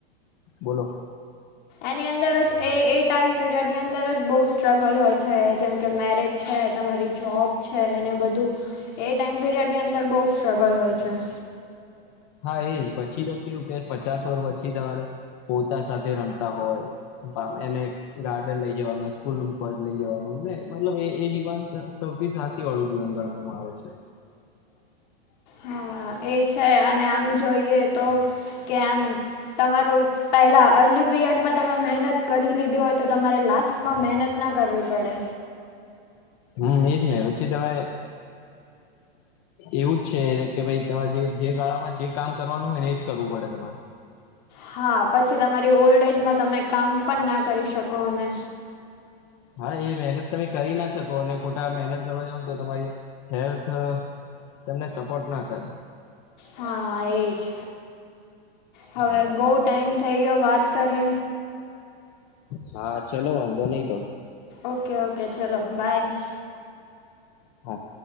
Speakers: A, on the left (about 25°); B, on the left (about 50°).
A: બોલો.
B: એની અંદર જ એ એ ટાઈમ પીરિયડ ની અંદર જ બહુ સ્ટ્રગલ હોય છે જેમ કે મેરેજ છે તમારી જોબ છે એને બધું એ ટાઈમ પિરિયડની અંદર બહુ સ્ટ્રગલ હોય છે.
A: હા એજ પછી તો કેવું કે પચાસ વર પછી તમારે પોતા સાથે રમતા હોય એને ગાર્ડન લઈ જવાનું સ્કૂલ મુજ લઈ જવાનું મતલબ એ જીવન સૌથી વાળું જીવન ગણવામાં આવે છે.
B: હા એ છે અને આમ જોઈએ તો કે આમ તમારું પહેલાં અર્લી પિરિયડમાં તમે મહેનત કરી લીધી તો તમારે લાસ્ટમાં મહેનત ના કરવી પડે
A: હમ એજ નને પછી તમે એવું જ છે કે ભાઈ તમારે જે જે ગાળામાં જે કામ કરવાનું એને જ કરવું પડે તમારે
B: હા પછી તમારી ઓલ્ડ એજમાં તમે કામ પણ ના કરી શકો અને
A: હા એ મહેનત તમે કરી ના શકો અને ખોટા મહેનત કરવા જાવ ને તો તમારી હેલ્થ તમને સપોર્ટ ના કરે
B: હા એજ હવે
A: હા
B: બહુ ટાઈમ થઈ ગયો વાત કરે
A: હા ચલો વાંધો નહી તો
B: ઓકે ઓકે ચલો બાય
A: હા